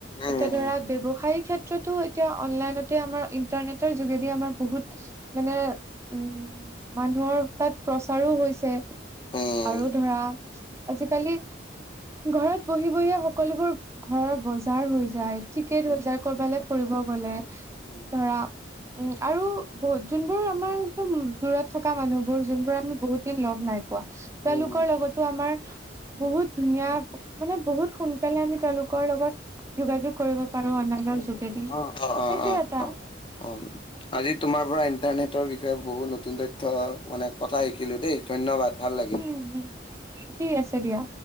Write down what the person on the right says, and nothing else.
এতিয়া ধৰা ব্যৱসায়িক ক্ষেত্ৰত এতিয়াটো এতিয়া অনলাইনতে আমাৰ ইন্টাৰনেটৰ যোগেদি আমাৰ বহুত মানে উ মানুহৰ তাত প্ৰচাৰো হৈছে
আৰু ধৰা আজি খালি ঘৰত বহি বহিয়ে সকলোবোৰ ঘৰৰ বজাৰ হৈ যায়। ঠিকেই ধৰিছা
ক'ৰবালৈ ফুৰিব গলে
ধৰা উম আৰু বহুত যোন বোৰ আমাৰ দূৰত থকা মানুহবোৰ যোন বোৰ আমি বহুত দিন লগ নাই পোৱা তেওঁলোকৰ
লগতো আমাৰ বহুত ধুনীয়া মানে বহুত সোন কালে আমি তেওঁলোকৰ লগত যোগাযোগ কৰিব অনলাইনৰ
যোগেদি, সেইটোৱে
এটা
উ হু, ঠিক আছে দিয়া।